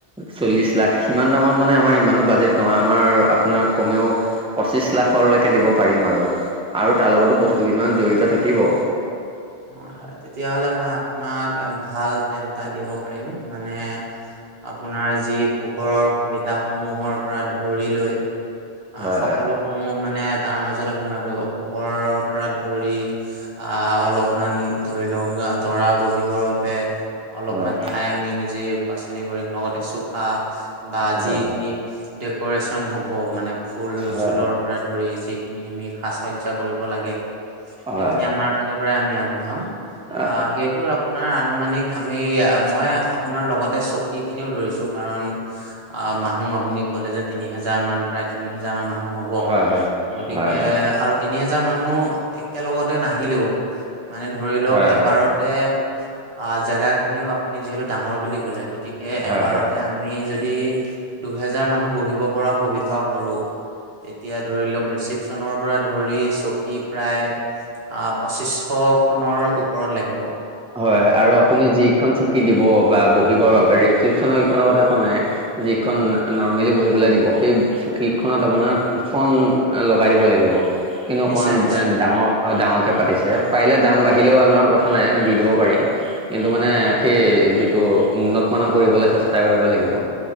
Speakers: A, in the centre; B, on the right.
A: চল্লিশ লাখ, সিমান দামত মানে আমাৰ ইমানো বাজেট নহয়, আমাৰ আপোনাৰ কমেও পঁচিশ লাখলৈকে দিব পাৰিম আৰু, আৰু তাৰ লগতো
B: হয়
A: বস্তু কিছুমান জড়িত থাকিব।
B: হয় হয়, তেতিয়াহ'লে মই আপোনাক ভাল টেণ্ট এটা দিব পাৰিম, মানে আপোনাৰ যি পোহৰৰ সুবিধাসমূহৰ পৰা ধৰি লৈ অ',
A: হয়
B: সকলো সমূহ মানে তাৰ মাজতে সোমাই পৰিব, পোহৰৰ পৰা ধৰি, আহ অলপ মান ধৰি লওক, দৰা বহিবৰ বাবে, অলপমান
A: হয়
B: ঠাই আমি নিজে বাচনি কৰিম, লগতে চোফা বা যিখিনি
A: হয়
B: ডেকৰেচন হ'ব, মানে ফুল
A: হয়
B: চুলৰ পৰা, ধৰি যিখিনি আমি সাজ সজ্জা কৰিব লাগে,
A: হয়
B: সেইখিনি আমাৰ ফালৰ পৰাই আমি আগবঢ়াম।
A: হয়
B: অ সেইটো, আপোনাৰ আনুমানিক আমি, মই আপোনাৰ লগতে চকী খিনিও ধৰিছো। কাৰণ, অ মানুহ আপুনি কলে যে তিনি হেজাৰ মান প্ৰায় তিনি হেজাৰ মান মানুহ। নহ'ব,
A: হয়
B: গতিকে
A: হয় হয় হয় হয়
B: আৰু তিনি হোজাৰ মানুহ একেলগতে নাহিলেও, মানে ধৰি লওক
A: হয় হয় হয়
B: এবাৰতে
A: হয়
B: অ জেগা খিনিও আপুনি যিহেতু ডাঙৰ বুলি ক'লে। গতিকে, কে
A: হয়
B: এবাৰতে
A: হয়
B: আমি যদি দুহেজাৰ মানুহ বহিব পৰা সুবিধাও কৰো তেতিয়া ধৰি লওক ৰিচিপচনৰ পৰা ধৰি চকী প্ৰায় আহ পঁচিছশ খনৰ ওপৰত লাগিব।
A: হয় হয় আৰু আপুনি যিখন চুকি দিব বা বহিবৰ বাবে ৰিচিপচনৰ এইখনৰ কথা কোৱা নাই যিখন নৰ্মেলি বহি পেলাই দিব সেই চকীখনত আপোনাৰ কুচন লগাই দিব লাগিব কিন্তু অকণমান
B: নিশ্চয় নিশ্চয়
A: ডাঙৰ ডাঙৰকৈ পাতিছে পাৰিলে দাম
B: হয়
A: বাঢ়িলেও
B: হয়
A: আমাৰ কথা নাই। দিব পাৰিম কিন্তু মানে
B: হয়
A: সেই যিটো উন্নত মমানৰ কৰিবলৈ চেষ্টা কৰিব লাগিব